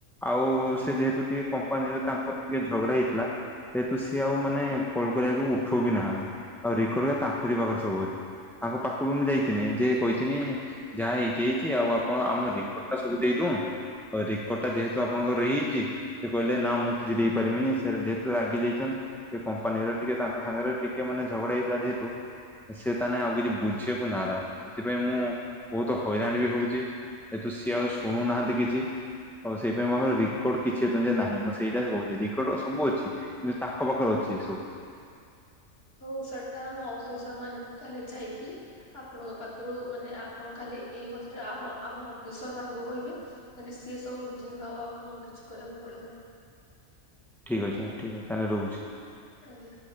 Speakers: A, in the centre; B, on the left.
A: ଆଉ ସେ ଯେହେତୁ ଟିକେ କମ୍ପାନୀର ତାଙ୍କର ଟିକେ ଝଗଡା ହେଇଥିଲା। ଯେହେତୁ ସିଏ ଆଉ ମାନେ କଲ କରିବାକୁ ଉଠଉ ବି ନାହାନ୍ତି ଆଉ ରେକର୍ଡରା ତାଙ୍କରି ପାଖରେ ସବୁ ଅଛି। ତାଙ୍କ ପାଖକୁ ବି ମୁଁ ଯାଇଥିନି ଯେ କହିଥିଲି ହିନି ଯାହା ହେଇଛି ହେଇଚି ଆଉ ଆପଣ ଆମ ରିପୋର୍ଟ ଟା ସବୁ ଦେଇଦଉ ରେକର୍ଡଟା ଯେହେତୁ ଆପଣଙ୍କର ରହିଯାଇଛି ସେ କହିଲେ ନା ମୁଁ କିଛି ଦେଇପାରିବିନି ସେର ଯେହେତୁ ରାଗି ଯାଇଛନ୍ ଏ କମ୍ପାନୀର ଟିକେ ତାଙ୍କ ସାଙ୍ଗରେ ଟିକେ ମାନେ ଝଗଡା ହେଇଥିଲା ଯେହେତୁ ସେ ତାହେଲେ ଆଉ କିଛି ବୁଝିବାକୁ ନାରାଜ। ସେଥିପାଇଁ ମୁଁ ବହୁତ ହଇରାଣ ବି ହେଉଛି ହେତୁ ସିଏ ଆଉ ଶୁଣୁନାହାନ୍ତି କିଛି। ଆଉ ସେଇପାଇଁ ମୋର ରିକର୍ଡ କିଛି ନାହିଁ ମୁଁ ସେଇଟା କହୁଛି। ରିକର୍ଡ୍ ସବୁ ଅଛି କିନ୍ତୁ ତାଙ୍କ ପାଖରେ ଅଛି ସବୁ।
B: ହୋଉ ସେଟା ଆମ ଅଫିସର ମାନେ କାଲି ଯାଇକି ଆପଣଙ୍କ ପାଖରୁ ମାନେ ଆପଣ କାଲି ଏଇ କଥାଟା ଆମ ଆମ ଅଫିସର ମାନଙ୍କୁ କହିକି ମାନେ ସିଏ ସବୁ ବୁଝେଇବେ। ଆଉ ଆପଣଙ୍କୁ କିଛି କରିବାକୁ ପଡିବ ନାହିଁ।
A: ଠିକ୍ ଅଛି ମ୍ୟମ୍ ଠିକ ଅଛି ତାହେଲେ ରହୁଛି।
B: ଆଜ୍ଞା।